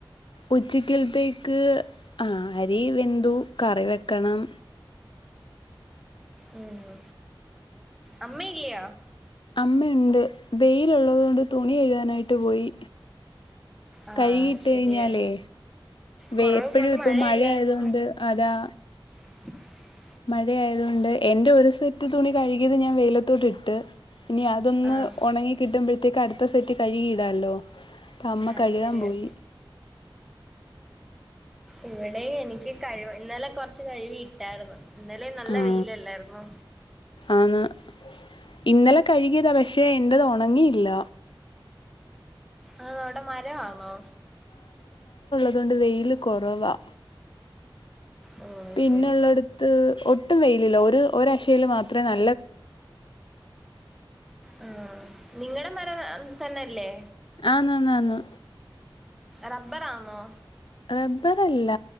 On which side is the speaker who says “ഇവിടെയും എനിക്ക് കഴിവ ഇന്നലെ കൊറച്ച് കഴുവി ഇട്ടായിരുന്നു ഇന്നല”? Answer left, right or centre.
Centre